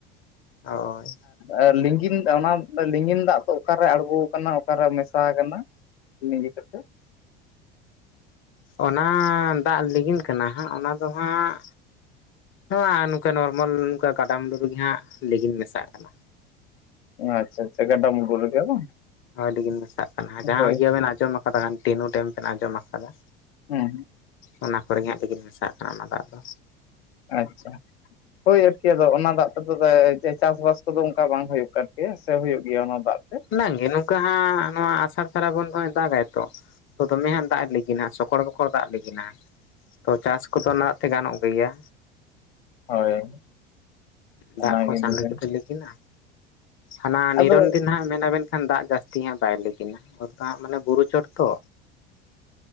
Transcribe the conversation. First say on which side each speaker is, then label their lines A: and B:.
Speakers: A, on the left (about 40°); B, on the left (about 75°).
A: ᱦᱚᱭ,
B: ᱟᱨ ᱞᱤᱸᱜᱤᱱ ᱚᱱᱟ ᱞᱤᱸᱜᱤᱱ ᱫᱟᱜ ᱫᱚ ᱚᱠᱟᱨᱮ ᱟᱬᱜᱳ ᱟᱠᱟᱱᱟ ᱚᱠᱟᱨᱮ ᱢᱮᱥᱟ ᱠᱟᱱᱟ? ᱞᱤᱜᱤ ᱠᱟᱛᱮᱫ,
A: ᱚᱱᱟ ᱫᱟᱜ ᱞᱤᱜᱤᱱ ᱠᱟᱱᱟ ᱦᱟᱸᱜ ᱚᱱᱟ ᱫᱚ ᱦᱟᱸᱜ, ᱱᱚᱣᱟ ᱱᱚᱝᱠᱟ ᱱᱚᱨᱢᱟᱞ ᱱᱚᱝᱠᱟ ᱠᱟᱰᱟ ᱢᱩᱰᱩ ᱨᱤᱜᱤ ᱦᱟᱸᱜ ᱞᱮᱜᱤᱱ ᱢᱮᱥᱟᱜ ᱠᱟᱱᱟ᱾
B: ᱟᱪᱪᱷᱟ ᱟᱪᱷᱟ ᱜᱟᱰᱟ ᱢᱩᱰᱩ ᱨᱮᱜᱮ ᱵᱟᱝ?
A: ᱟᱹᱰᱤᱜᱤᱱ ᱢᱮᱥᱟᱜ ᱠᱟᱱᱟ ᱡᱟᱦᱟᱸ
B: ᱦᱳᱭ
A: ᱜᱤᱭᱟᱹ ᱵᱮᱱ ᱟᱸᱡᱚᱢ ᱠᱟᱫᱟ ᱰᱤᱱᱩ ᱰᱮᱢ ᱵᱮᱱ ᱟᱸᱡᱚᱢ ᱟᱠᱟᱫᱟ᱾
B: ᱦᱩᱸ,
A: ᱚᱱᱟ ᱠᱚᱨᱮ ᱦᱟᱸᱜ ᱞᱤᱹᱜᱤᱱ ᱢᱮᱥᱟᱜ ᱠᱟᱱᱟ ᱚᱱᱟ ᱫᱟᱜ ᱫᱚ᱾
B: ᱟᱪᱪᱷᱟ ᱦᱳᱭ ᱟᱨᱠᱤ ᱟᱫᱚ ᱚᱱᱟ ᱫᱟᱜ, <unintelligible> ᱡᱮ ᱪᱮᱫ ᱪᱟᱥᱵᱟᱥ ᱠᱚᱫᱚ ᱚᱱᱠᱟ ᱵᱟᱝ ᱦᱩᱭᱩᱜ ᱠᱟᱱ ᱠᱮᱭᱟ ᱥᱮ ᱦᱩᱭᱩᱜ ᱜᱮᱭᱟ ᱚᱱᱟ ᱫᱟᱜ ᱛᱮ?
A: ᱵᱟᱝᱜᱮ ᱱᱚᱝᱠᱟ ᱦᱟᱸᱜ ᱱᱚᱣᱟ ᱟᱥᱟᱲ ᱥᱟᱨᱟᱵᱚᱱ ᱫᱚᱭ ᱫᱟᱜᱟᱭ ᱛᱚ᱾ ᱛᱚ ᱫᱚᱢᱮ ᱦᱟᱱ ᱫᱟᱜ ᱮ ᱞᱤᱜᱤᱱᱟ ᱥᱚᱠᱚᱲ ᱵᱚᱠᱚᱲ ᱫᱟᱜ ᱞᱤᱜᱤᱱᱟ ᱦᱟᱸᱜ ᱛᱚ ᱪᱟᱥ ᱠᱚᱫᱚ ᱚᱱᱟ ᱫᱟᱜ ᱛᱮ ᱜᱟᱱᱚᱜ ᱜᱮᱭᱟ᱾
B: ᱦᱳᱭ᱾ ᱚᱱᱟᱜᱤᱧ
A: ᱫᱟᱜ ᱠᱚ ᱥᱟᱜᱮ
B: ᱞᱟᱹᱭᱫᱟ
A: ᱜᱮᱛᱚ ᱞᱟᱹᱜᱤᱱᱟ᱾ ᱦᱟᱱᱟ ᱱᱤᱨᱚᱱ
B: ᱟᱫᱚ
A: ᱫᱤᱱ ᱦᱟᱸᱜ ᱢᱮᱱᱟ ᱵᱮᱱ ᱠᱷᱟᱱ ᱫᱟᱜ ᱡᱟᱹᱥ ᱛᱤ ᱦᱟᱸᱜ ᱵᱟᱭ ᱞᱤᱹᱜᱤᱱᱟ᱾ ᱟᱫᱚ ᱦᱟᱸᱜ ᱢᱟᱱᱮ ᱵᱩᱨᱩ ᱪᱚᱴ ᱛᱚ᱾